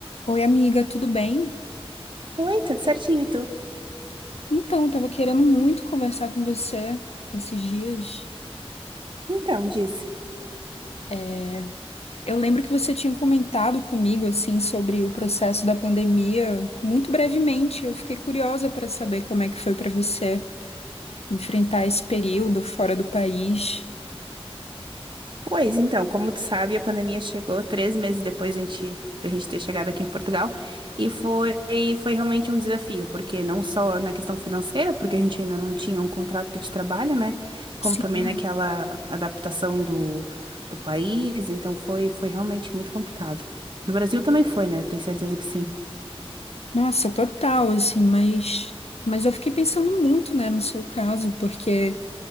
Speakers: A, on the left (about 80°); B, on the right (about 50°).
A: Oi, amiga, tudo bem?
B: Oi, tudo certinho, e tu?
A: Então, eu tava querendo muito conversar com você esses dias.
B: Então, diz.
A: É, Eu lembro que você tinha comentado comigo, assim, sobre o processo da pandemia, muito brevemente. Eu fiquei curiosa para saber como é que foi para você enfrentar esse período fora do país.
B: Pois então, como tu sabe, a pandemia chegou três meses depois da gente, da gente ter chegado aqui em Portugal e foi, foi realmente um desafio, porque não só na questão financeira, porque a gente ainda não tinha um contrato de trabalho, né? Como
A: Sim.
B: também naquela adaptação do, do país, então foi, foi realmente muito complicado. No Brasil também foi, né? Eu tenho certeza que sim.
A: Nossa, total, assim, mas... Mas eu fiquei pensando muito, né, no seu caso, porque...